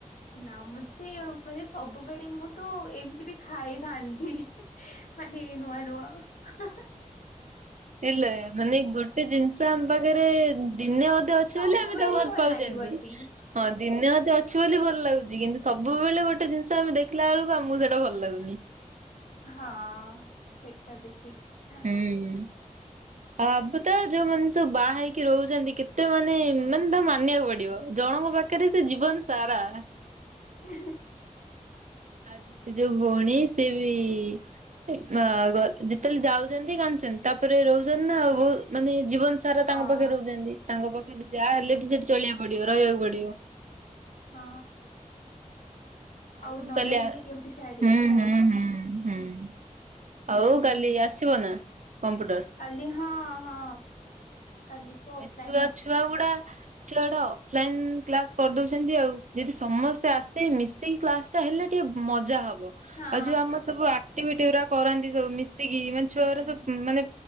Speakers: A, on the left; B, on the right.
A: ନା ମତେ ମାନେ ସବୁବେଳେ ମୁଁ ତ ଏମିତି ବି ଖାଇଥାନ୍ତି। ମାନେ ନୂଆ ନୂଆ।
B: ହେଲେ ମାନେ ଗୋଟେ ଜିନିଷ ଆମ ପାଖରେ ଦିନେ। ଅଛ
A: ସବୁବେଳେ
B: ବୋଲି ଆମେ ତାକୁ ଭଲ ପାଉଛନ୍ତି
A: ଲାଗିବନି
B: ହଁ ଦିନ ଅ। କିୁ ବୋଲି ଭଲ ଲାଗୁଛି କିନ୍ତୁ ସବୁବେଳେ ଗୋଟେ ଜିନିଷ ଆମେ ଦେଖିଲା ବେଳକୁ ଆମକୁ ସେଇଟା ଭଲ ଲାଗୁନି।
A: ହଁ ସେଟା ବି ଠିକ। କଥା।
B: ହୁଁ ଆ। ତ ଯୋଉ ମଣିଷ ବାହା ହେଇକି ରହୁଛନ୍ତି କେତେ ମାନେ ମାନେ ତାହା ମାନିବାକୁ ପଡିବ। ଜଣଙ୍କ ପାଖରେ ସେ ଜୀବନ ସାରା।
A: ହ।
B: ଆଜି ସେ ଯୋଉ ଭଉଣୀ ସେ ବି। ଯେତେବେଳେ ଯାଉଛନ୍ତି କାନ୍ଦଛନ୍ତି ତାପରେ ରହୁଛନ୍ତି ନା ଆଉ ମାନେ ଜୀବନ। ସାରା
A: ହଁ
B: ତାଙ୍କ ପାଖରେ ରହୁଛନ୍ତି ତାଙ୍କ ପାଖରେ ଯାହା
A: ହୁଁ
B: ହେଲେ ବି ସେଠି ଚଳିବାକୁ ପଡିବ ରହିବାକୁ ପଡିବ।
A: ହଁ।
B: ହଉ
A: ଆଉ ନ
B: କାଲି
A: ରହିଲେ କେମିତି
B: ହୁଁ
A: ଛାଡି
B: ହୁଁ
A: ଚାଲିବ
B: ହୁଁ ହୁଁ।
A: ହୁଁ
B: ଆଉ କାଲି ଆସିବ ନା କମ୍ପ୍ୟୁଟର।
A: କାଲି ହଁ ହଁ। କାଲି ତ ଅଫଲାଇନ
B: ଏ ଛୁଆ
A: ଅଛି
B: ଛୁଆ ଗୁଡା। ଛଆୁଟା ଅଫଲାଇନ କ୍ଲାସ କରିଦଉଛନ୍ତି ଆଉ ଯଦି ସମସ୍ତେ ଆସେ ମିଶିକି କ୍ଲାସ। ତା ହେଲେ ଟିକେ ମଜା ହବ।
A: ହଁ
B: ଆଉ ଯୋଉ ଆମର ସବୁ ଆକ୍ଟିଭିଟିା କରାନ୍ତି ସବୁ ମିଶିକି ମାନେ
A: ହୁଁ
B: ଛୁଆର ସବୁ ମାନେ।